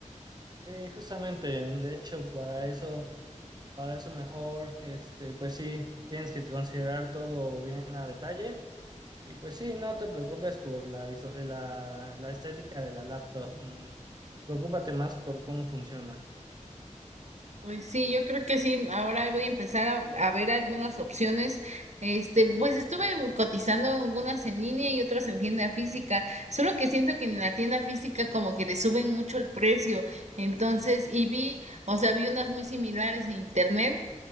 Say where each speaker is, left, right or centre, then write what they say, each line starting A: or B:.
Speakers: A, on the right (about 30°); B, on the right (about 60°).
A: Eh, justamente, de hecho, para eso, para eso mejor, este, pues sí, tienes que considerar todo bien a detalle. Y pues sí, no te preocupes por la, visu- eh, la, la estética de la laptop. mm, Preocúpate más por cómo funciona.
B: Pues sí, yo creo que sí. Ahora voy a empezar a, a ver algunas opciones. Este, pues estuve cotizando algunas en línea y otras en tienda física. Solo que siento que en la tienda física como que le suben mucho el precio. Entonces, y vi, o sea, vi unas muy similares en internet